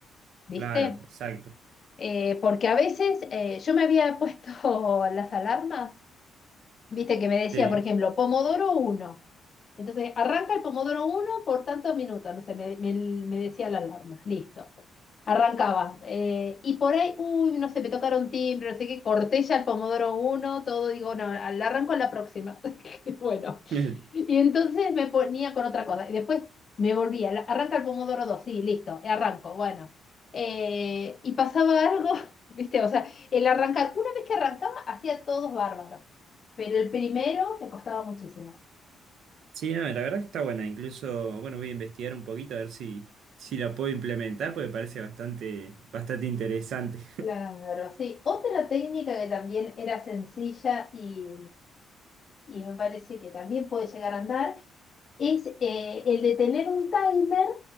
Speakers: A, on the left; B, on the right.
A: ¿viste?
B: claro, exacto.
A: Eh, porque a veces eh, yo me había puesto <laughs> las alarmas, ¿viste? Que me decía,
B: Sí.
A: por ejemplo, Pomodoro uno Entonces, arranca el Pomodoro uno por tantos minutos, no sé, me, me- me decía la alarma, listo. Arrancaba. eh, y por ahí, uy, no sé, me tocaron timbre, no sé qué, corté ya el pomodoro uno, todo, digo, no, al arranco en la próxima. <laughs> Y Bueno.
B: <laughs>
A: Y entonces me ponía con otra cosa. Y después me volvía, la- arranca el pomodoro dos, sí, listo, arranco, bueno. Eh, y pasaba algo, <laughs> ¿viste? O sea, el arrancar, una vez que arrancaba, hacía todos bárbaros. Pero el primero me costaba muchísimo.
B: Sí, no, la verdad que está buena, incluso, bueno, voy a investigar un poquito a ver si, si la puedo implementar porque parece bastante, bastante interesante.
A: Claro, sí. Otra técnica que también era sencilla y, y me parece que también puede llegar a andar es eh, el de tener un timer